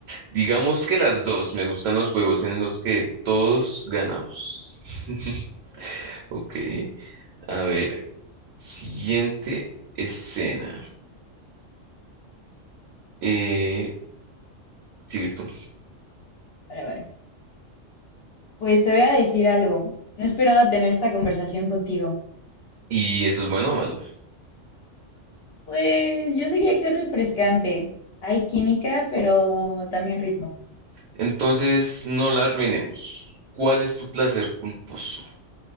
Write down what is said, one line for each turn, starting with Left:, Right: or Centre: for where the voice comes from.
Right: Digamos que las dos. Me gustan los juegos en los que todos ganamos. <laughs> Ok. A ver, siguiente escena. Eh, sigues tú.
Left: Vale, vale. Pues te voy a decir algo. No esperaba tener esta conversación contigo.
Right: Y eso es bueno o malo.
Left: Pues yo diría que es refrescante. Hay química, pero también ritmo.
Right: Entonces, no la arruinemos. ¿Cuál es tu placer culposo?